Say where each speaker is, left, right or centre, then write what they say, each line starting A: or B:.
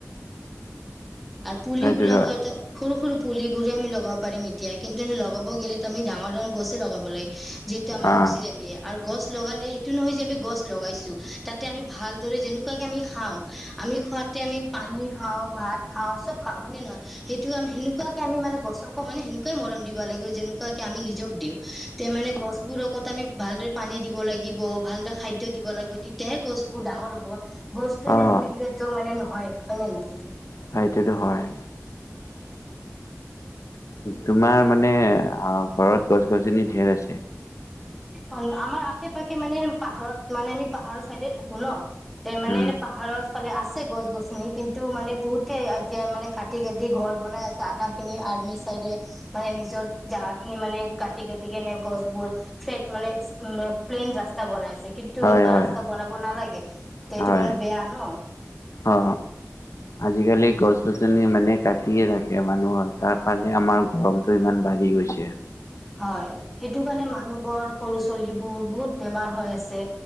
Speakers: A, in the centre; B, on the left.
A: পুলি
B: সেইটোতো
A: বিলাকো ত সৰু সৰু পুলিবোৰে আমি লগাব পাৰিম এতিয়া কিন্তু এনে লগাব গ'লে আমি ডাঙৰ ডাঙৰ গছে লগাব লাগে। যিহেতু আমাক
B: অ',
A: অক্সিজেন দিয়ে আৰু গছ লগালে, সটো নহয় যে আমি গছ লগাইছো তাতে আমি ভালদৰে যেনেকুৱাকে আমি খাও, আমি খোৱাতে আমি পানী খাওঁ, ভাত খাওঁ চব খাওঁ হয়নে নহয়? সেইটো আ সেনেুৱাকে আমি মানে গছকো মানে সেনেকুৱাই মৰম দিব লাগিব যেনেকুৱাকে আমি নিজক দিওঁক। তেনেকুৱা মানে গছবোৰকত আমি ভালদৰে পানী দিব লাগিব। ভালদৰে খাদ্য দিব লাগিব তেতিয়াহে গছবোৰ ডাঙৰ হ'ব। গছটো এনে
B: অ',
A: ৰুই দিলেতো মানে নহ হয় হয়নে নাই কিনো
B: সেই টো হয় তোমাৰ মানে ঘৰত গছ গছনি ঢেৰ আছে
A: অঁ আমাৰ আশে পাশে মানে পাহাৰত মানে আমি পাহাৰৰ চাইদে থাকো ন তে মানে
B: উম
A: এনে পাহাৰ মানে আছে গছ গছনি কিন্তু মানে বহুতে এতিয়া মানে কাটি কাটি ঘৰ বনাই আছে আধা খিনি আৰ্মি চাইডে মানে নিজৰ জাগা খিনি মানে কাটি কাটি কেনে গছবোৰ ফ্লেট মানে <unintelligible> প্লেন ৰাস্তা বনাই আছে কিন্তু
B: হয়
A: এনেকুৱা
B: হয়
A: ৰাস্তা বনাব নালাগে তে এইটো
B: হয়
A: কাম বেয়া ন
B: অ আজিকালি গছ গছনি ইমানে কাটিয়ে থাকে মানুহৰ তাৰ কাৰণে আমাৰ গৰমতটো ইমান বাঢ়ি গৈছে
A: হয় সেইটো কাৰণে মানুহবোৰ সৰু ছোৱালীবোৰ বহুত বেমাৰ হৈ আছে